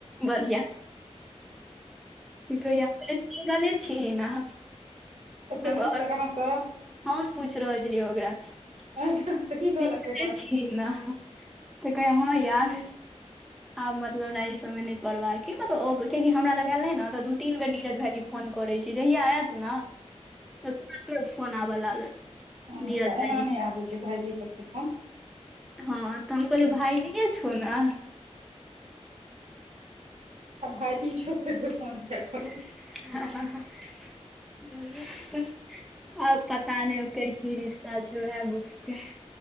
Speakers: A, in the centre; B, on the right.
A: बढ़िआ सिंगले छिहि न अहाँ
B: के
A: हम
B: पुछलक अहाँसँ
A: पूछ रहल छलियै ओकरासँ सि
B: अच्छा तऽ की कहलक पेपर
A: छी ने तऽ कहै अहाँ याद आब मतलब हमरा ई सब में नहि पड़वा के मतलब अब कियाकि हमरा लग आयल रहै न त दु तीन बेर नीरज भाईजी फोन करैत छी जहिया आयत ने तऽ तुरत तुरत फोन आबऽ लागत
B: अच्छा
A: नीरज भाईजी
B: एना नहि आबे छै भायजी सबके फन
A: के। हँ तऽ हम कहल भाईजीे छौ ने
B: आ भइजी छोट त पहुँचा
A: हं आब पता नहि ओकर की रिश्ता छै ओएह बुझते